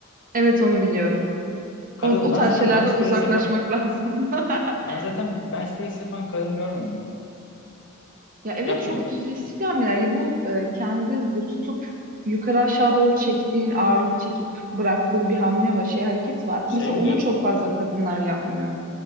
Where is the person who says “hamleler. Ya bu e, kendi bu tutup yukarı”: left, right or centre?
Right